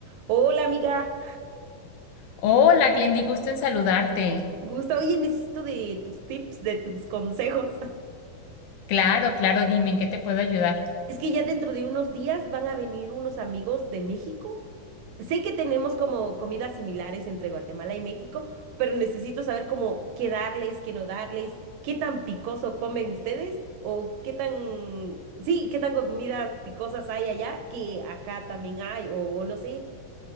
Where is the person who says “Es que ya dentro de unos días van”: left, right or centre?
Right